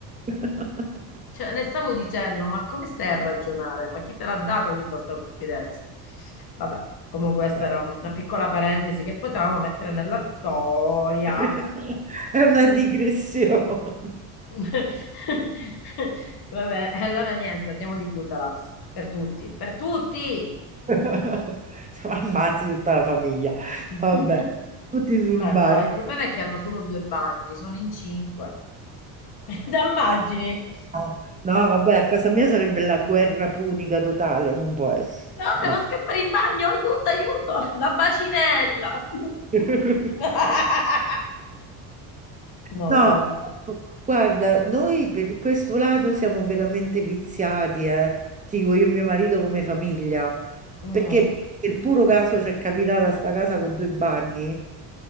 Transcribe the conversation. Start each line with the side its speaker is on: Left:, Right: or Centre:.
Right: <laughs>
Left: cioè, le stavo dicendo, ma come stai a ragionare? Ma chi te l'ha data tutta questa confidenza? Vabbè, comunque questa
Right: Vabbè.
Left: era un- una piccola parentesi che potevamo mettere nella storia.
Right: <laughs> È una digressione.
Left: <laughs> Vabbè, e allora niente, andiamo di Gutalax, per tutti, per tutti!
Right: <laughs> Siamo Ammazzi tutta la famiglia.
Left: <laughs>
Right: Vabbè, tutti sul
Left: Ma no,
Right: bagno.
Left: il problema è che hanno solo due bagni, sono in cinque. <laughs> Te immagini?
Right: No, no, no, vabbè, a casa mia sarebbe la guerra punica totale, non può essere.
Left: No, devo
Right: No.
Left: scappare in bagno, aiuto, aiuto, la bacinella.
Right: <laughs>
Left: <laughs> No,
Right: No,
Left: vabbè.
Right: guarda, noi per questo lato siamo veramente viziati, eh. Ti Dico io e mio marito come famiglia,
Left: Mm,
Right: perché per puro caso ci è capitata sta casa con due bagni